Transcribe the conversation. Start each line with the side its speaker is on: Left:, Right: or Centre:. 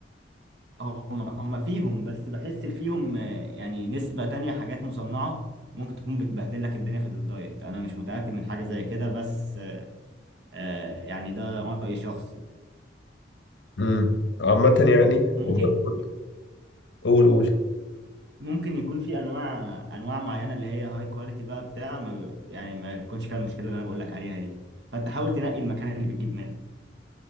Right: هم هم فيهم بس بحس فيهم آه، يعني نسبة تانية حاجات مصنعة ممكن تكون بتبهدل لك الدنيا في الدايت انا مش متأكد من حاجة زي كده بس آه، يعني ده رأي شخصي
Left: امم عامة يعني
Right: ممكن
Left: overall- قول قول
Right: ممكن يكون في انواع انواع معينه اللي هي هاي كواليتي بقى بتاع ما ب- يعني ما يكونش فيها المشكله اللي انا بقول لك عليها دي فانت حاول تنقي المكان اللي بتجيب منه